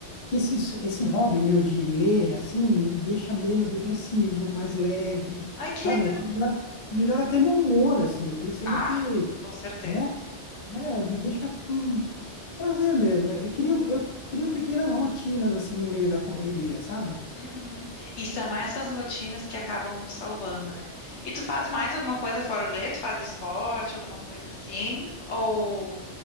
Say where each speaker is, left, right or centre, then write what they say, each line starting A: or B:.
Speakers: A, on the left; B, on the left.
A: que esse, esse hobby meu de ler, assim, me deixa menos depressivo, mais leve,
B: Ai, que
A: sabe?
B: legal!
A: Melhora, melhora até meu humor, assim, eu percebo
B: Ah,
A: que,
B: com certeza.
A: né? É,
B: Uhum.
A: me deixa com prazer mesmo. Eu crio, eu crio pequenas rotinas assim no meio da correria, sabe?
B: Uhum. E são essas rotinas que acabam nos salvando, né? E tu faz mais alguma coisa fora da lei? Tu faz esporte, alguma coisa assim? Ou